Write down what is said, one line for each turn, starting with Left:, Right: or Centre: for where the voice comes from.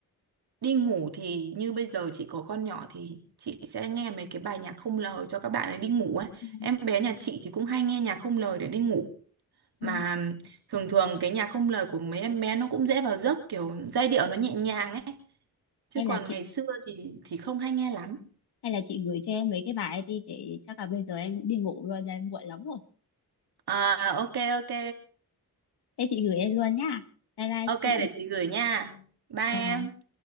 Right: đi ngủ thì như bây giờ chị có con nhỏ thì chị sẽ nghe mấy cái bài nhạc không lời cho các bạn ấy đi ngủ ấy.
Left: Ừ,
Right: Em bé nhà chị thì cũng hay nghe nhạc không lời để đi ngủ. Mà
Left: ừ.
Right: thường thường cái nhạc không lời của mấy em bé nó cũng dễ vào giấc kiểu giai điệu nó nhẹ nhàng ấy. Chứ
Left: hay
Right: còn
Left: là chị
Right: ngày xưa thì thì không hay nghe lắm.
Left: hay là chị gửi cho em mấy cái bài ấy đi để chắc là bây giờ em cũng đi ngủ rồi đây muộn lắm rồi
Right: À, ok ok.
Left: Thế chị gửi em luôn nhá. Bye bye
Right: Ok
Left: chị.
Right: để chị gửi nha. Bye em.
Left: Và